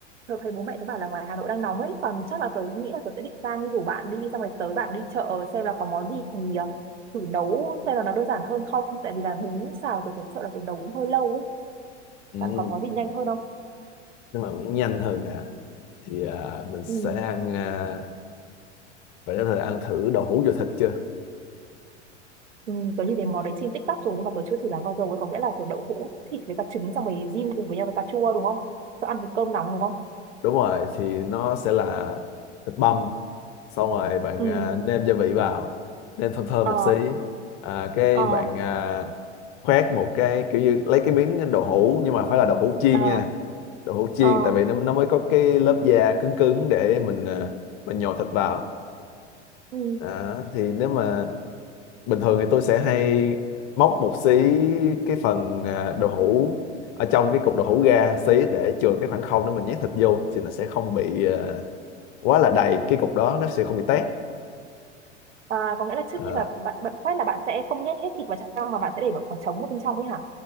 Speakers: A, on the right; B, on the left.
A: tớ thấy bố mẹ tớ bảo là ngoài Hà Nội đang nóng ấy còn chắc là tớ nghĩ là tớ sẽ định sang rủ bạn đi xong rồi tới bạn đi chợ xem là có món gì ờ, thử nấu xem là nó đơn giản hơn không tại vì là bún xào tớ thật sợ là tớ nấu cũng hơi lâu ấy
B: ừ.
A: bạn có món gì nhanh hơn không
B: nếu mà muốn nhanh hơn à thì à, mình sẽ
A: ừ.
B: ăn ờ, Bạn đã thử ăn thử đậu hũ dừa thịt chưa?
A: Ừ, tớ nhìn thấy món đấy trên TikTok rồi nhưng mà tớ chưa thử làm bao giờ ấy có nghĩa là kiểu đậu hũ thịt với cả trứng xong rồi rim cùng với nhau với cà chua đúng không tớ ăn với cơm nóng đúng không
B: Đúng rồi, thì nó sẽ là thịt băm. Xong rồi bạn
A: ừ
B: à, nêm gia vị vào, nêm thơm thơm
A: Ờ
B: một xí. À, cái
A: ờ
B: bạn à, khoét một cái kiểu như lấy cái miếng đậu hũ nhưng mà phải là đậu hũ chiên
A: ờ
B: nha. Đậu hũ chiên
A: ờ
B: tại vì nó nó mới có cái lớp da cứng cứng để mình à, mình nhồi thịt vào.
A: ừ.
B: Đó, thì nếu mà bình thường thì tôi sẽ hay móc một xí cái phần à, đậu hũ ở trong cái cục đậu hũ ra xí để chừa cái khoảng không để mình nhét thịt vô thì nó sẽ không bị à, quá là đầy cái cục đó nó sẽ không bị tét
A: à, có nghĩa là trước
B: À,
A: khi mà bạn bạn quét là bạn sẽ không nhét hết thịt vào trong mà bạn sẽ để một khoảng trống ở bên trong ấy hả